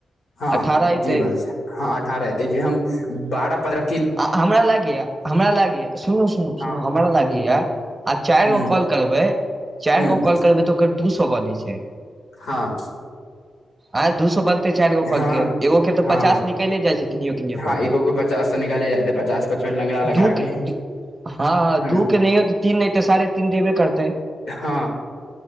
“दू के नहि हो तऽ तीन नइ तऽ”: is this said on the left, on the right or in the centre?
Right